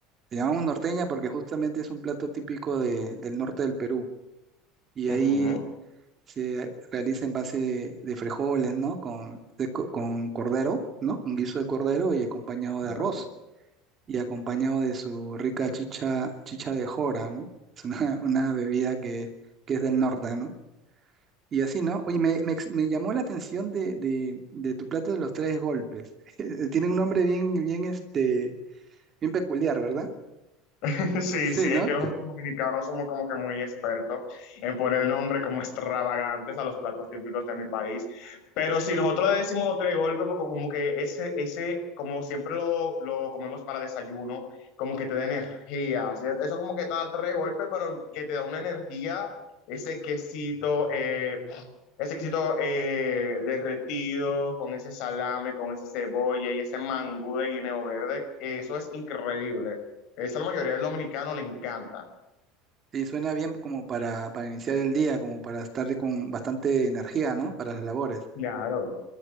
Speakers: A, on the right; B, on the left.
A: Le llamamos norteña porque justamente es un plato típico de- del norte del Perú y ahí
B: Ujú,
A: se realiza en base de, de frijoles, ¿no? Con, de co- con cordero, ¿no? Un guiso de cordero y acompañado
B: claro.
A: de arroz y acompañado de su rica chicha, chicha de jora, ¿no? Es una, una bebida que, que es del norte, ¿no? Y así, ¿no? Oye, me, me ex- me llamó la atención de, de- de tu plato de los tres golpes. <laughs> Tiene un nombre bien, bien, este, bien peculiar, ¿verdad?
B: <laughs> Sí,
A: Sí,
B: sí,
A: ¿no?
B: es que nosotros los dominicanos somos como que muy expertos en poner nombre como extravagantes a los platos típicos de mi país. Pero sí, nosotros le decimos los tres golpes porque como que ese, ese, como siempre lo, lo comemos para desayuno, como que te da energía. ¿sí? Eso como que te da tres golpes, pero que te da una energía, ese quesito, eh, ese éxito eh, derretido con ese salame, con esa cebolla y ese mangú de guineo verde, eso es increíble. Eso a la mayoría del dominicano le encanta.
A: Sí, suena bien como para, para iniciar el día, como para estar con bastante energía, ¿no? Para las labores.
B: Claro.